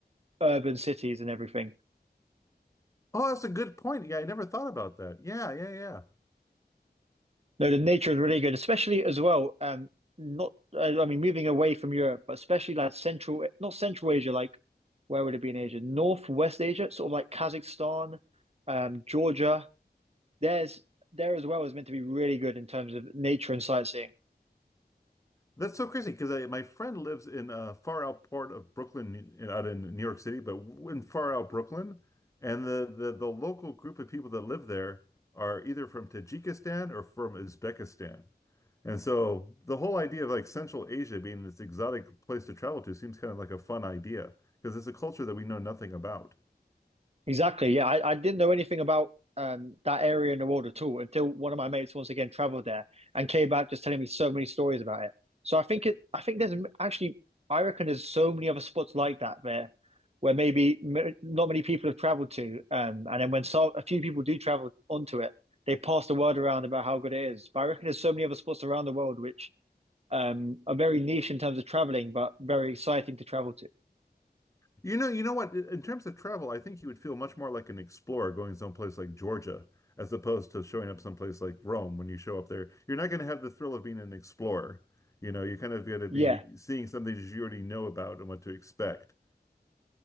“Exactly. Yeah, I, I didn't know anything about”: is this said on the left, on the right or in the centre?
Right